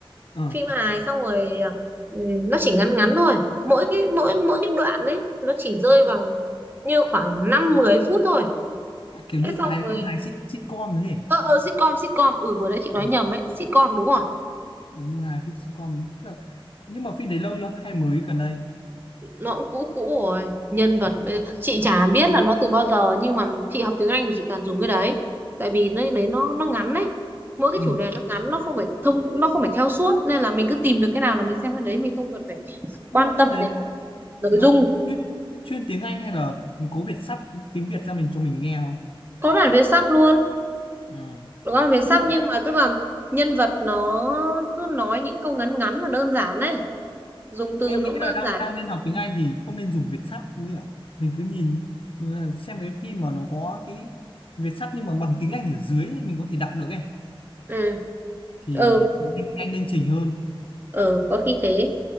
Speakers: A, on the left (about 65°); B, on the right (about 20°).
A: Ờ.
B: phim hài xong rồi ờ, ừ, nó chỉ ngắn ngắn thôi mỗi cái mỗi mỗi cái đoạn ấy nó chỉ rơi vào như khoảng 5 10 phút thôi
A: À, kiểu
B: thế
A: như
B: xong
A: phải
B: rồi
A: phim hài sit- sitcom thế.
B: ờ ờ sitcom sitcom ừ vừa nãy chị nói
A: Ừ.
B: nhầm ấy sitcom đúng rồi
A: Như hài phim sitcom thế là nhưng mà phim đấy lâu chưa hay mới gần đây?
B: nó cũng cũ cũ rồi nhân vật
A: Ừ.
B: chị chả biết là nó từ bao giờ nhưng mà chị học tiếng Anh thì chị toàn dùng cái đấy tại vì nó đấy nó nó ngắn đấy mỗi cái
A: Ừ.
B: chủ đề nó ngắn nó không phải thông nó không phải theo suốt nên là mình cứ tìm được cái nào là mình xem cái đấy mình không cần phải
A: Nhưng
B: quan
A: mà phim
B: tâm
A: đấy
B: đến
A: nó
B: nội
A: nó
B: dung
A: chuyên, chuyên tiếng Anh hay là có Việt sắp tiếng Việt ra mình cho mình nghe không?
B: có bản vẽ sắp luôn
A: À.
B: có bản vẽ sắp
A: Nhưng mà
B: nhưng mà tức là nhân vật nó cứ nói những câu ngắn ngắn và đơn giản đấy dùng
A: nhưng
B: từ
A: mà em
B: nó
A: nghĩ
B: cũng
A: là
B: đơn
A: đang
B: giản
A: đang nên học tiếng Anh thì không nên dùng Việt sắp nữa mình cứ nhìn ừ, xem cái phim mà nó có cái Việt sắp nhưng mà bằng tiếng Anh ở dưới ấy, mình có thể đọc được ấy
B: ừ
A: thì
B: ừ
A: nhanh nhanh lên trình hơn
B: ừ có khi thế